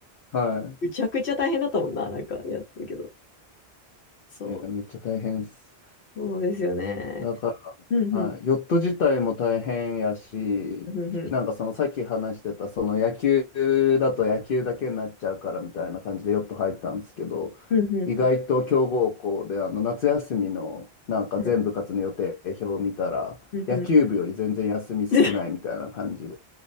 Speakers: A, on the left (about 60°); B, on the left (about 80°).
A: は
B: むちゃくちゃ大変だったもんな、なんかやってたけど。そう、
A: い。いや、めっちゃ大変です。
B: そうですよね。
A: だかはい、
B: うんうん、
A: ヨット自体も大変やし、
B: うんうん、
A: なんかそのさっき話してた、その野球だと野球だけになっちゃうからみたいな感じでヨット入ったんですけど、
B: うんうん、
A: 意外と強豪校であの夏休みのなんか全部活の予定表を見たら、
B: うんうん。
A: 野球部より全然休み少ないみたいな感じで、
B: うん <laughs>